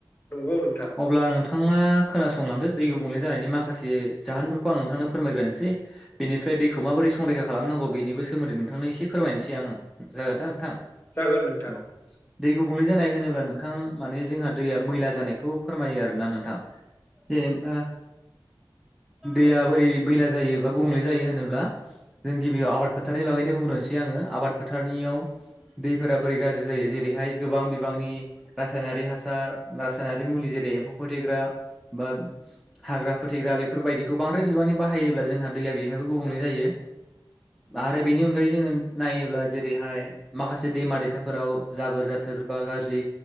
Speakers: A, on the left; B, in the centre.
A: नंगौ नोंथां।
B: अब्ला नोंथाङा खोनासंलांदो दै गुबुंले जानायनि माखासे जाहोनफोरखौ आं नोंथांनो फो फोरमायग्रोनोसै बेनिफ्राय दैखौ माबोरै संरैखा खालामनांगौ बेनि सोमोन्दै नोंथां थांनो एसे फोरमायनोसै आङो जागोनदा नोंथां।
A: जागोन नोंथां
B: औ दै गुबुंले जानाय होनोब्ला नोंथां माने जोंहा दैया मैला जानायखौ फोरमायो आरो ना नोंथां। जेनेबा दैया बोरै मैला जायो बा जायो होनोब्ला जों गिबियाव आबाद फोथारनि बागैनो बुंग्रोनोसै आङो आबाद फोथारनियाव दैफोरा बोरै गाज्रि जायो जेरैहाय गोबां बिबांनि रासायनारि हासार रासायनारि मुलि जेरै एम्फौ फोथैग्रा बा हाग्रा फोथैग्रा बेफोरबायदिखौ बांद्राय बिबांनि बाहायोब्ला जोंहा दैया बेयावहायबो गुबुंले जायो आरो बेनि अनगायै जोङो नायोब्ला जेरैहाय माखासे दैमा दैसाफोराव जाबोर जाथोर बा गाज्रि